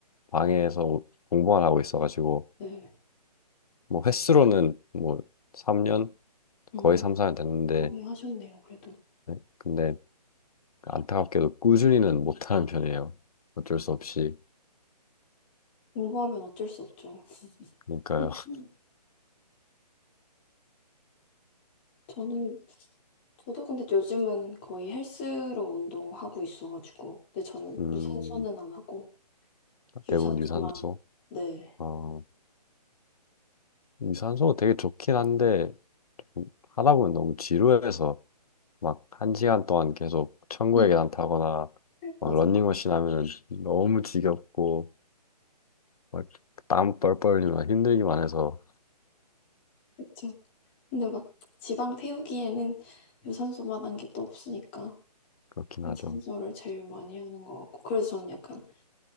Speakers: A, on the left; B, on the left.
A: 방에서 공부만 하고 있어가지고
B: 네.
A: 뭐 횟수로는 뭐 3년
B: 음,
A: 거의 3, 4년 됐는데
B: 오래 하셨네요, 그래도.
A: 네. 근데 안타깝게도 꾸준히는 못하는 편이에요. 어쩔 수 없이
B: 공부하면 어쩔 수 없죠.
A: 그러니까요.
B: <laughs>
A: <laughs>
B: 저는, 저도 근데 요즘은 거의 헬스로 운동하고 있어가지고. 근데 저는
A: 음.
B: 무산소는 안 하고, 유산소만,
A: 대부분 유산소.
B: 네.
A: 어, 유산소가 되게 좋긴 한데 하다 보면 너무 지루해서 막 한 시간 동안 계속 천국의
B: 음.
A: 계단 타거나 막
B: 맞아요.
A: 런닝머신 하면은 너무 지겹고 막 땀 뻘뻘 흘리면 힘들기만 해서
B: 그쵸. 근데 막 지방 태우기에는 유산소만 한 게 또 없으니까
A: 그렇긴
B: 유산소를
A: 하죠.
B: 제일 많이 하는 것 같고 그래서 저는 약간